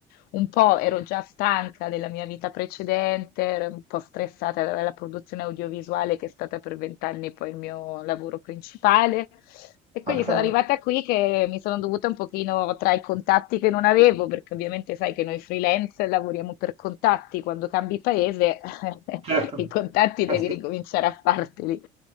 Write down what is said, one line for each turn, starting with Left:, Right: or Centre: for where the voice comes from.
Left: Un po' ero già stanca della mia vita precedente, ero un po' stressata dalla produzione audiovisuale che è stata per vent'anni poi il mio lavoro principale. E quindi
Right: ah, ah,
Left: sono
Right: cavolo.
Left: arrivata qui che mi sono dovuta un pochino tra i contatti che non avevo, perché ovviamente sai che noi freelance lavoriamo per contatti, quando cambi paese <laughs> <laughs>
Right: Certo,
Left: i contatti devi
Right: eh sì,
Left: ricominciare a farteli.